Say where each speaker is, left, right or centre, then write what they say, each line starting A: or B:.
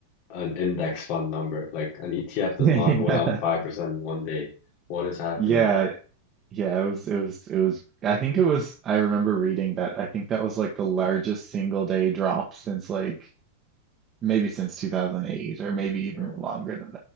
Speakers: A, on the left; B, on the right.
A: an index fund number. Like an ETF does
B: Yeah.
A: not go down 5% in one day. What is happening?
B: Yeah, yeah, it was it was it was I think it was I remember reading that I think that was like the largest single day drop since like maybe since 2008 or maybe even
A: Yeah.
B: longer than